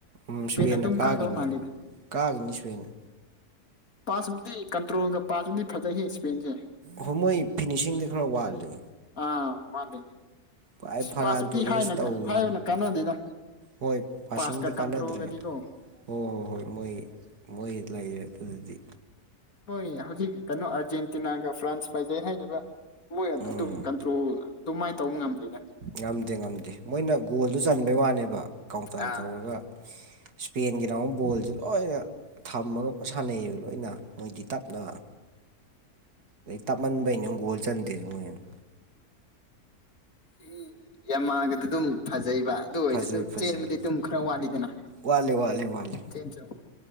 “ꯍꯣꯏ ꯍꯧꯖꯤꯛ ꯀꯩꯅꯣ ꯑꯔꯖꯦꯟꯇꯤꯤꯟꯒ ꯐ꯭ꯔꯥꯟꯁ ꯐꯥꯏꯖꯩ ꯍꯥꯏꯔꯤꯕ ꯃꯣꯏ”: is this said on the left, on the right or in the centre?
Left